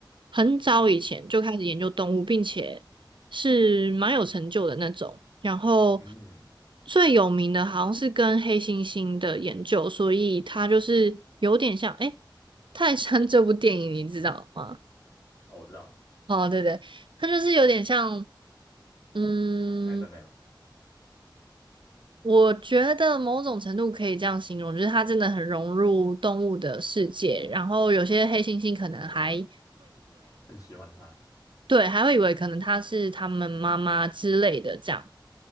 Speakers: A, on the right; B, on the left.
A: 很早以前就开始研究动物，并且是蛮有成就的那种。然后
B: 嗯，
A: 最有名的好像是跟黑猩猩的研究，所以他就是有点像，诶，泰山这部电影你知道吗？
B: 哦，我知道，
A: 哦，对对，他就是有点像，嗯，
B: 泰山那样，
A: 我觉得某种程度可以这样形容，就是他真的很融入动物的世界。然后有些黑猩猩可能还
B: 很喜欢他。
A: 对，还会以为可能它是他们妈妈之类的这样。